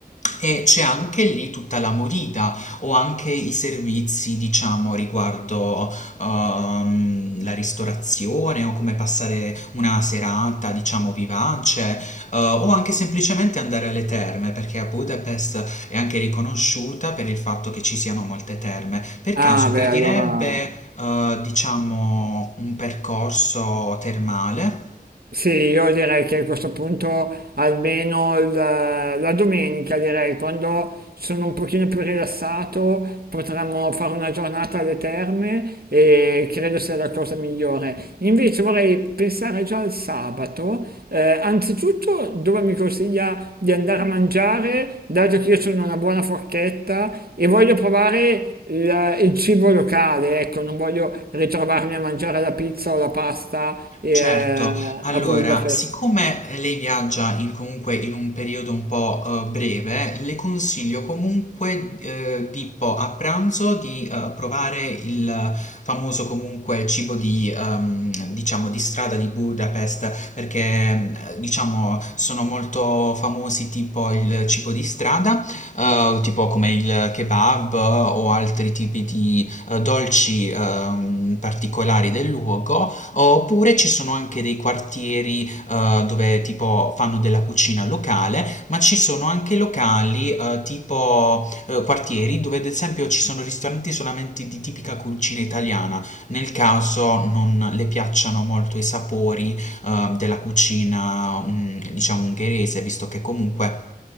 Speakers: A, on the left; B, on the right.
A: E c'è anche lì tutta la morita o anche i servizi, diciamo, riguardo ehm, la ristorazione o come passare una serata, diciamo, vivace, eh, o anche semplicemente andare alle terme, perché a Budapest è anche riconosciuta per il fatto che ci siano molte terme. Per
B: Ah,
A: caso gradirebbe,
B: beh, allora
A: eh, diciamo, un percorso termale?
B: Sì, io direi che a questo punto almeno il- la domenica, direi, quando sono un pochino più rilassato, potremmo fare una giornata alle terme e credo sia la cosa migliore. Invece vorrei pensare già al sabato, eh, anzitutto dove mi consiglia di andare a mangiare, dato che io sono una buona forchetta e voglio provare il, il cibo locale, ecco, non voglio ritrovarmi a mangiare la pizza o la pasta eh,
A: Certo, allora,
B: a Budapest.
A: siccome lei viaggia in comunque in un periodo un po', eh, breve, le consiglio comunque, eh, tipo a pranzo di, eh, provare il famoso comunque cibo di, ehm, diciamo, di strada di Budapest, perché, eh, diciamo, sono molto famosi tipo il cibo di strada, eh, tipo come il kebab o altri tipi di, eh, dolci, ehm, particolari del luogo oppure ci sono anche dei quartieri eh, dove tipo fanno della cucina locale, ma ci sono anche locali eh, tipo eh, quartieri dove ad esempio ci sono ristoranti solamente di tipica cucina italiana, nel caso non le piacciono molto i sapori eh, della cucina mm, diciamo ungherese, visto che comunque